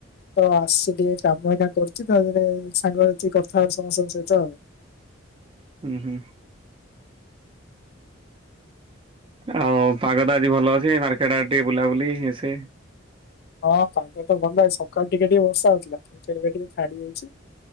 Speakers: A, on the left; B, on the right.
A: ତ ଆସିଚି ଟିକେ କାମ ଏଇନା କରୁଛି ତା ପରେ ସାଙ୍ଗସାଥି କଥା ହେଉଛୁ ସମସ୍ତଙ୍କ ସହିତ ଆଉ।
B: ହୁଁ ହୁଁ। ଆଉ ପାଗ ଟା ଆଜି ଭଲ ଅଛି ମାର୍କେଟ ଆଡେ ଟିକେ ବୁଲାବୁଲି ଇଏ ସିଏ
A: ହଁ ପାଗ ତ ଭଲ ଏଇ ସକାଳୁ ଟିକେ ଟିକେ ବର୍ଷା ହେଉଥିଲା କିନ୍ତୁ ଏବେ ଟିକେ ଛାଡି ଯାଇଛି।